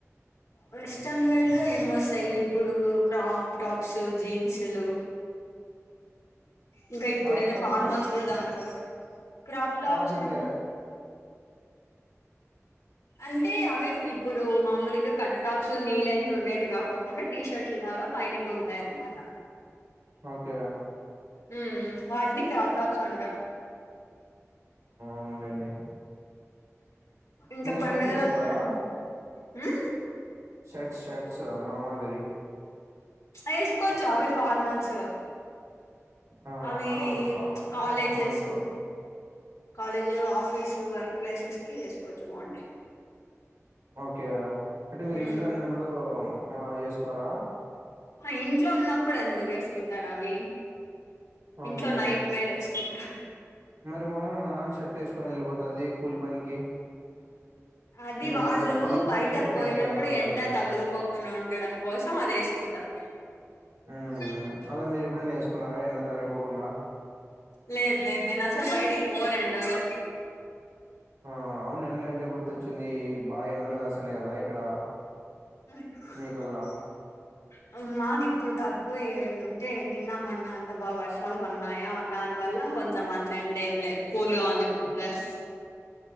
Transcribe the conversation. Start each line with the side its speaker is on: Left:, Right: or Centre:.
Left: వెస్టర్న్ వేర్ లో ఏం వస్తాయి ఇప్పుడు క్రాప్ టాప్స్ జీన్స్లు ఇంకా ఇప్పుడైతే
Right: టాప్స్ అంటే
Left: ఫార్మల్స్ కూడా దాంట్లో క్రాప్ ట్రాప్స్
Right: టాప్స్ అంటే
Left: అ అంటే అవి ఇప్పుడు మామూలుగా కట్ టాప్స్ నీ లెంత్ ఉండేటు గాకొకుండా టీ షర్ట్ లాగా పైనికి ఉంటాయన్నమాట
Right: ఓకే
Left: ఊ ఊ వాటిని క్రాప్ టాప్స్ అంటారు
Right: మూడండి
Left: ఇంకా పడుగలపుడు
Right: షర్ట్లు వేసుకోరా
Left: ఉ
Right: షర్ట్స్ షర్ట్స్ అమ్ మా మా గది
Left: ప్చ్ వేసుకోవచ్చు అవి ఫార్మల్స్
Right: ఆ
Left: అవి
Right: ఆ ఫా-
Left: ప్చ్
Right: formals
Left: colleges college office work places కి వేసుకోవచ్చు బాగుంటాయి
Right: ఓకే అంటే మీరు
Left: ఉమ్
Right: ఇంట్లో ఉన్నప్పుడు ఆ ఏసుకోరా
Left: ఇంట్లో ఉన్నప్పుడు ఎందుకు వేసుకుంటారు అవి
Right: ఓకే
Left: ఇంట్లో నైట్ వేర్ వేసుకుంటారు
Right: మరి మా అమ్మ మా నాన్న షర్ట్ వేసుకొని వెళ్ళిపోతది కూలి పనికి
Left: అది
Right: అంటే
Left: వాళ్ళు
Right: బయట కూలి పని
Left: బయట
Right: అంటే
Left: పోయినప్పుడు
Right: ఏమన్నా పని
Left: ఎండ తగులుకోకుండా ఉండడం కోసం అది వేసుకుంటారు
Right: హ్మ్
Left: అ
Right: అలా మీరు ఎప్పుడై వేసుకున్నారో ఎండ తగులుకోకుండా
Left: లేదు లేదు నేనసలు బయటికి పోను ఎండ లోకి
Right: ఆ అవును ఎండ అంటే గుర్తొచ్చింది బా ఎండలు కాస్తన్నాయి కదా ఇక్కడ
Left: అనిపితది
Right: మీకల్లా
Left: మాకు ఇప్పుడు తక్కువంటే నిన్నమ్మన్న అంతా బాగా వర్షాలు పన్నాయా దాని వల్ల కొంచెం అంతెండ్ ఏం లేదు కూల్ గా ఉంది ఇప్పుడు మీదస్